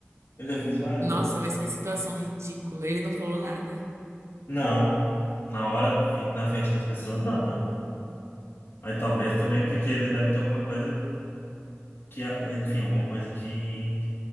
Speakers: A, on the left (about 50°); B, on the right (about 80°).
A: Eu já fiz vários
B: Nossa,
A: dessas.
B: mas que situação ridícula. Ele não falou nada.
A: Não. Na hora, na frente das pessoas, não, né? Mas talvez também porque ele deve ter alguma coisa que, a- enfim, alguma coisa que,